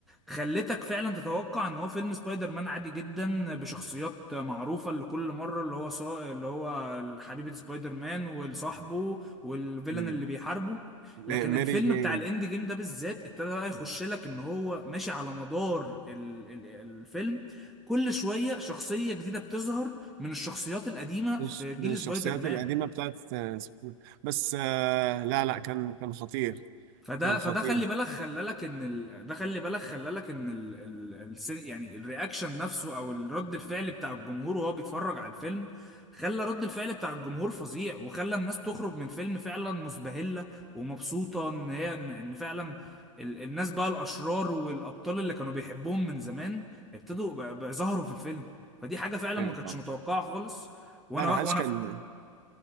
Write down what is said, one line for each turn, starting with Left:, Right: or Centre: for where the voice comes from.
Centre: خلتك فعلا تتوقع ان هو فيلم سبايدر مان عادي جدا بشخصيات معروفه اللي كل مره اللي هو سا... اللي هو حبيبه سبايدر مان وصاحبه والفيلن
Right: مم.
Centre: اللي بيحاربه لكن
Right: م-
Centre: الفيلم
Right: ميري جين
Centre: بتاع الاند جيم ده بالذات ابتدى بقى يخش لك ان هو ماشي على مدار ال... ال... الفيلم كل شويه شخصيه جديده بتظهر من الشخصيات القديمه
Right: مش-
Centre: في جيل
Right: من الشخصيات
Centre: سبايدر مان
Right: القديمة بتاعت آه، بس آه، لا لا كان كان خطير
Centre: فده
Right: كان
Centre: فده
Right: خطير
Centre: خلي بالك خلالك ان ال... ده خلي بالك خلالك ان ال... ال... السن... يعني الرياكشن نفسه او الرد الفعل بتاع الجمهور وهو بيتفرج على الفيلم خلى رد الفعل بتاع الجمهور فظيع وخلى الناس تخرج من الفيلم فعلا مسبهلة ومبسوطة ان هي ان إن فعلا ال... الناس بقى الاشرار والابطال اللي كانوا بيحبوهم من زمان ابتدوا ب... بقى ظهروا في الفيلم فدي حاجة فعلا
Right: ايوه
Centre: ما كانتش
Right: طبعا
Centre: متوقعة خالص وانا
Right: لا انا
Centre: واخ...
Right: حاج
Centre: وانا
Right: كان
Centre: ف...